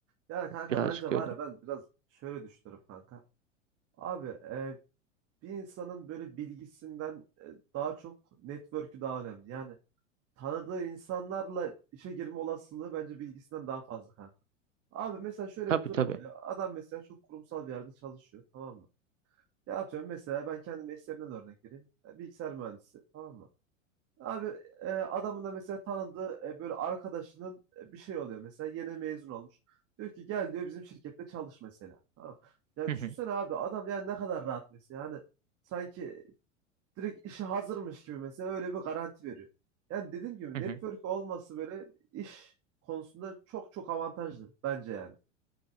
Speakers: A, on the right (about 40°); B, on the right (about 75°).
A: Ya kanka
B: birazcık
A: bence
B: öyle.
A: var ya ben biraz şöyle düşünüyorum kanka. Abi e, bir insanın böyle bilgisinden e, daha çok network'ü daha önemli. Yani tanıdığı insanlarla işe girme olasılığı bence bilgisinden daha fazla kanka. Abi mesela şöyle
B: Tabii
A: bir durum
B: tabii.
A: oluyor. Adam mesela çok kurumsal bir yerde çalışıyor tamam mı? Ya atıyorum mesela ben kendi mesleğimden örnek vereyim. E, Bilgisayar mühendisi tamam mı? Abi e, adamın da mesela tanıdığı e, böyle arkadaşının e, bir şey oluyor mesela yeni mezun olmuş. Diyor ki gel diyor bizim şirkette çalış mesela. Tamam. Ya
B: Hı
A: düşünsene
B: hı,
A: abi adam yani ne kadar rahat mesela. Yani sanki direkt işi hazırmış gibi mesela öyle bir garanti veriyor. Yani dediğim gibi
B: hı
A: network
B: hı.
A: olması böyle iş konusunda çok çok avantajlı bence yani.